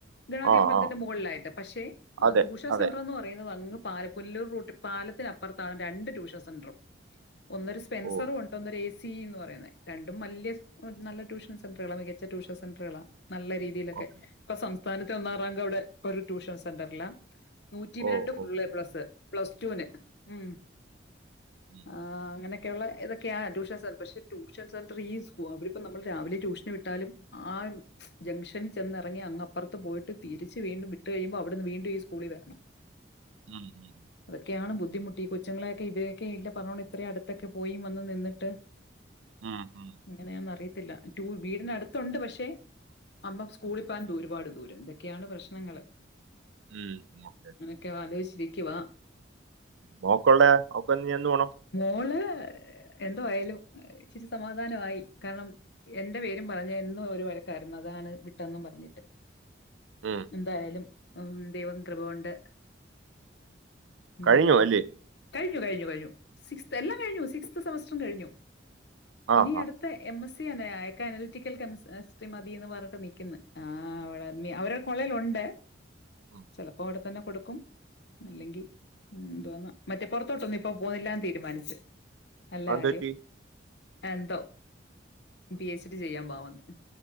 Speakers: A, on the left; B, on the right.
A: ഗണപതി
B: ആ
A: അമ്പലത്തിന്റെ
B: ആ
A: മുകളിലായിട്ട് പക്ഷേ
B: അതെ
A: ട്യൂഷൻ
B: അതെ
A: സെന്റർ എന്ന് പറയുന്നത് അങ്ങ് പാല പുല്ലൂർ റൂട്ട് പാലത്തിന് അപ്പറത്താണ് രണ്ട് ട്യൂഷൻ സെന്ററും. ഒന്നൊരു സ്പെൻസറും
B: ഓ
A: ഒണ്ട് ഒന്നൊരു എ സി എന്ന് പറയുന്നേ രണ്ടും വല്ല്യ നല്ലൊരു ട്യൂഷൻ സെൻട്രള. മികച്ചട്യൂഷൻ സെൻട്രളാ നല്ല രീതിയിലക്കെ
B: ഓക്കെ
A: ഇപ്പൊ സംസ്ഥാനത്തെ ഒന്നാം റാങ്ക് അവിടെ ഒരു ട്യൂഷൻ സെന്ററില നൂറ്റി
B: ഓ
A: രണ്ട് ഫുൾ
B: ഓ
A: എ പ്ലസ്. പ്ലസ് ടൂന് ഉം.
B: ഉം,
A: ആഹ്. അങ്ങനൊക്കെ യുള്ള ഇത് ഒക്കയാ ട്യഷൻ സെന്റർ പക്ഷെ ട്യൂഷൻ സെന്റർ ഈ അവരിപ്പോ നമ്മൾ രാവിലെ ട്യൂഷൻ വിട്ടാലും ആർ ജംഗ്ഷനിൽ ചെന്ന് എറങ്ങി അങ് അപ്പുറത്ത് പോയിട്ട് തിരിച്ച് വീണ്ടും വിട്ട് കഴിയ്ബൊ അവിടുന്ന് വീണ്ടും ഈ സ്കൂളിൽ വരണം
B: ഉം ഉം
A: അതൊക്കെയാണ് ബുദ്ധിമുട്ട് കൊച്ചങ്ങളെൊക്കെ ഇത് ഒക്കെ ഇല്ല പറഞ്ഞോണം ഇത്രയും അടുത്തൊക്കെ പോയി വന്ന് നിന്നിട്ട്
B: ഉം ഹും
A: അങ്ങനെയെന്ന് അറിയത്തില്ല വീടിനടുത്തുണ്ട് പക്ഷെ അപ്പം സ്കൂളിൽ
B: ഉം,
A: പേവാൻ ഒരുപാട് ദൂരം ഒക്കെയാണ് പ്രശ്നങ്ങൾ
B: ഉം ഓക്കെ
A: ഒക്കെ ആലോചിച്ചിരിക്കുവാ
B: മോക്കള്ള ഓക് എന്ന് പോണം
A: മോള് എന്തോ ആയാലും ഇച്ചിരി സമാധാനമായി കാരണം എന്റെ പേരും പറഞ്ഞ് എന്നും ഒരു വഴക്കായിരുന്നു അതാണ് വിട്ടന്നും പറഞ്ഞിട്ട്
B: ഉം
A: എന്തായാലും ദൈവം കൃപകൊണ്ട് ഉം
B: കഴിഞ്ഞു അല്ലേ
A: കഴിഞ്ഞ കഴിഞ്ഞു കഴിഞ്ഞു സിക്സ്ത് എല്ലാംകഴിഞ്ഞു സിക്സ്ത് സെമസ്റ്ററും കഴിഞ്ഞു
B: ആ
A: ഇനി
B: ആ
A: അട് ത്തെ എം എസി തന്നെ അയാക്ക് അനാൽറ്റിക്കൽ കെമിസ്ട്രി മതീന്ന് പറഞ്ഞ്ട്ട് നിക്ക്ന്നെ ആഹ് അവട അവരൊ പൊള്ളലൊണ്ട്
B: ഉം.
A: ചെലപ്പൊ അട്- തന്നെ കൊട്ക്കും അല്ലെങ്കി ൻന്തോന്നാ മറ്റെ പൊറത്തോട്ടൊന്നിപ്പോ പോവ്ന്നില്ല തീരുമാനിച്ച് നല്ലകാര്യം
B: അതെന്ത് പറ്റി
A: എന്തോ
B: ഉം.
A: പി എച്ച് ഡി ചെയ്യാൻ പാവാന്ന്.